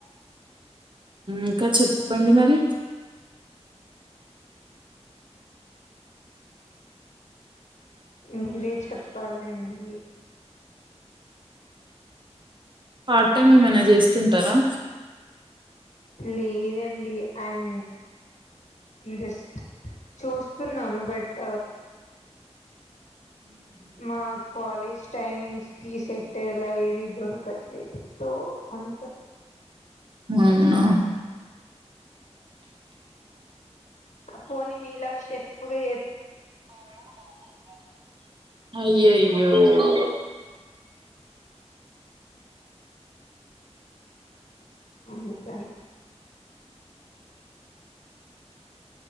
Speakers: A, on the right; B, on the left.
A: ఇంకా చెప్పండి మరి
B: మీరే చెప్పాలి అండి
A: పార్ట్ టైం ఏమన్నా చేస్తుంటారా
B: లేదు అండి ఇఅం జస్ట్ చూస్తున్నాను బట్ మా కాలేజ్ టైమింగ్స్ కి సెట్ అయ్యేలా ఏది దొరకట్లేదు సో అందుకనే
A: మ్మ్
B: పోని మీలాగా షెఫ్ గా
A: అయ్యో అయ్యో ఓ
B: అందుకనే